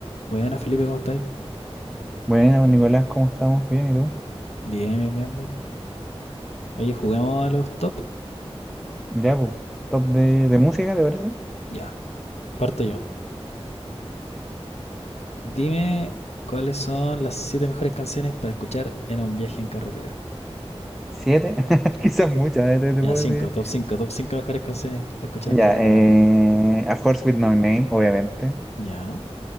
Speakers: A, on the left (about 85°); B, in the centre.
A: Buena, Felipe, ¿cómo estáis?
B: Bueno, Nicolás, ¿cómo estamos? Bien, ¿y tú?
A: Bien, bien, bien, bien. Oye, juguemos a los top.
B: Ya, pues, top de, de música, ¿te parece?
A: Ya, parto yo. Dime cuáles son las siete mejores canciones para escuchar en un viaje en carretera.
B: Siete, <laughs> quizás muchas, eh, te, te
A: Ya,
B: puedo
A: cinco
B: decir.
A: top cinco top 5 mejores canciones para escuchar
B: Ya,
A: en carretera.
B: eh, A Horse With No Name, obviamente,
A: Ya.